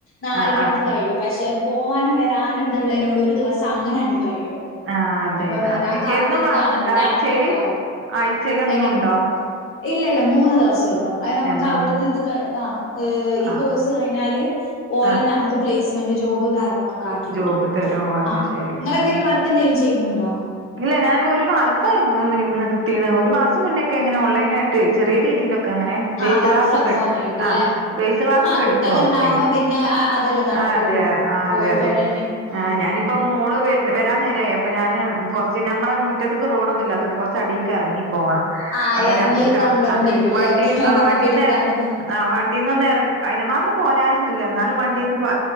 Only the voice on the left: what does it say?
നാല്
മണിക്ക്
കയ്യും പഷെ അഹ് പോവാനും വരാനും ഇത്ള്ളേനോണ്ട് ഒര് ദിവസം അങ്ങനണ്ട് കഴിയും
ഞ്പ്പൊ വരാൻ
കാത്ത്ക്കാണ്
അവ്
രാത്രി
ഒക്കാവും
എങ്ങനെ
ഇല്ലല്ല മൂന്ന് ദിവസൊള്ളു അയ് നമ്മക്ക്
ന്ന്ത് ക ആഹ് ഏഹ് ഈ
കോഴ്സ് കയിഞാല് ഓലന്നെ
ഞമക്ക് പ്ലെയ്സ് മെന്റ് ജോബ് കാര്യങ്ങളൊക്കെ ആക്കി
തരും.
ആഹ്
ഇങ്ങളെന്തേലും
വർക്കെന്തേലും ചെയ്യുന്നുണ്ടൊ
ആഹ് വർക്ക്
ഫ്രം ഹോം
ആയിട്ട്ല്ലേ
ആഹ്
കുട്ടികൾ
ഉണ്ടാവുമ്പോ പിന്നെ അ അതല്ലേ നടക്കുള്ളൂ
പോയി
പോരാന് ഉം
ആഹ്
ഇറങ്ങി
കൊണ്ടുവരേണ്ടി
വരുംല്ലേ
ബാഗൊക്കെ
പിടിക്കാനും
ഇതിനും